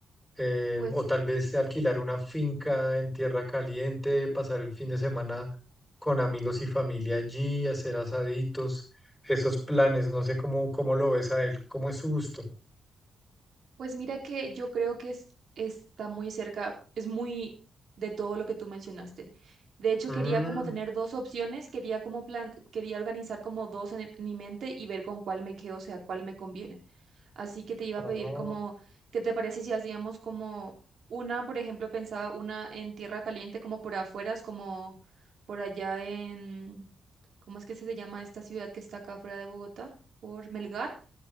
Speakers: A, in the centre; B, on the right.
A: eh,
B: Pues
A: o tal vez de alquilar una finca en tierra caliente, pasar el fin de semana con amigos y familia allí, hacer asaditos, esos planes, no sé cómo, cómo lo ves a él, cómo es su gusto.
B: Pues mira que yo creo que es, está muy cerca, es muy de todo lo que tú mencionaste. De hecho,
A: Mm,
B: quería como tener dos opciones, quería como plan, quería organizar como dos en, en mi mente y ver con cuál me quedo, o sea, cuál me conviene. Así que te iba
A: ah,
B: a pedir como, ¿qué te parece si hacíamos como una, por ejemplo, pensaba una en tierra caliente, como por afuera, es como por allá en, ¿cómo es que se llama esta ciudad que está acá afuera de Bogotá? Por Melgar.